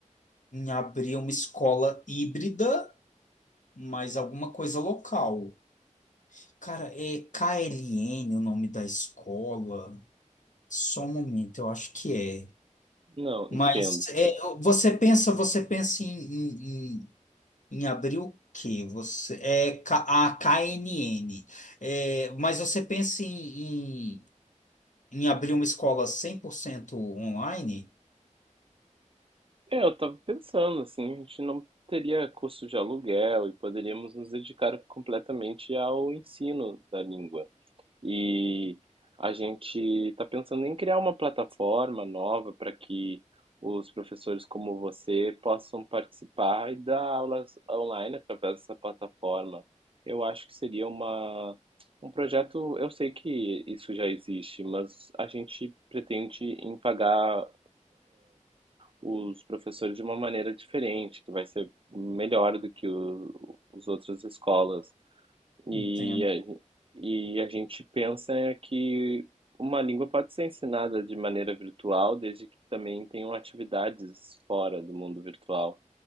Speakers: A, on the left (about 70°); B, on the right (about 45°).
A: em abrir uma escola híbrida, mas alguma coisa local. Cara, é KLN o nome da escola. Só um momento, eu acho que é.
B: Não,
A: Mas
B: entendo.
A: é, você pensa, você pensa em, em, em em abrir o quê? Você é K- a KNN. É, mas você pensa em, em, em abrir uma escola 100% online?
B: É, eu estava pensando, assim, a gente não teria custo de aluguel e poderíamos nos dedicar completamente ao ensino da língua. E a gente está pensando em criar uma plataforma nova para que os professores como você possam participar e dar aulas online através dessa plataforma. Eu acho que seria uma, um projeto, eu sei que isso já existe, mas a gente pretende em pagar os professores de uma maneira diferente, que vai ser melhor do que o, os outras escolas. E
A: Entendo.
B: a, gen- e a gente pensa é que uma língua pode ser ensinada de maneira virtual, desde que também tenham atividades fora do mundo virtual.